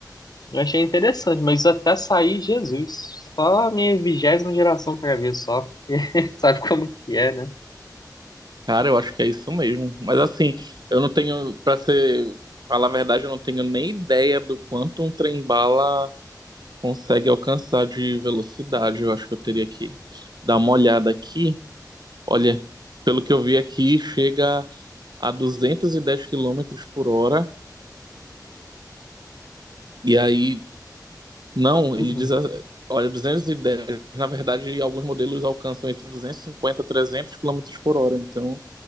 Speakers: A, on the left (about 65°); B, on the right (about 70°).
A: Eu achei interessante, mas até sair, Jesus, só a minha vigésima geração pra ver só, porque <laughs> sabe como que é, né?
B: Cara, eu acho que é isso mesmo. Mas assim, eu não tenho, pra ser, falar a verdade, eu não tenho nem ideia do quanto um trem-bala consegue alcançar de velocidade. Eu acho que eu teria que dar uma olhada aqui. Olha, pelo que eu vi aqui, chega a 210 quilômetros por hora. E aí, não,
A: Uhum.
B: ele diz, a- olha, 210, na verdade, alguns modelos alcançam entre 250 e 300 quilômetros por hora. Então,